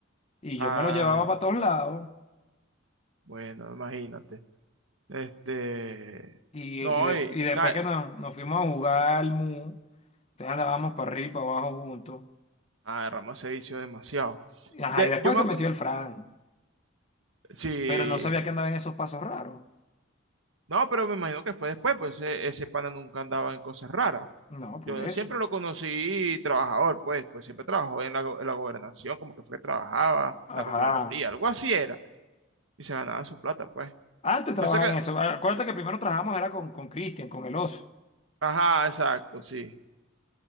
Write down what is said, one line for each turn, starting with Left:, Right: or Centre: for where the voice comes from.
Left: y
Right: Ah,
Left: yo me lo llevaba para todos lados.
Right: bueno, imagínate. Este.
Left: Y,
Right: No,
Left: y, de-
Right: y
Left: y después
Right: nada.
Left: que nos, nos fuimos a jugar al MU, entonces andábamos para arriba y para abajo juntos.
Right: Ah, Ramos se vició demasiado.
Left: Y, Ajá,
Right: De,
Left: y después
Right: yo me
Left: se
Right: acuerdo.
Left: metió el Fran,
Right: Sí.
Left: pero no sabía que andaba en esos pasos raros.
Right: No, pero me imagino que fue después, pues ese, ese pana nunca andaba en cosas raras.
Left: No, por
Right: Yo
Left: eso.
Right: siempre lo conocí trabajador, pues, pues siempre trabajó en la, go- en la gobernación, como que fue que trabajaba, en
Left: Ajá.
Right: la Contraloría, algo así era. y se ganaba su plata, pues.
Left: Antes trabajaba
Right: Yo sé que,
Left: en eso. Acuérdate que primero trabajamos era con, con Cristian, con el oso.
Right: ajá, exacto, sí.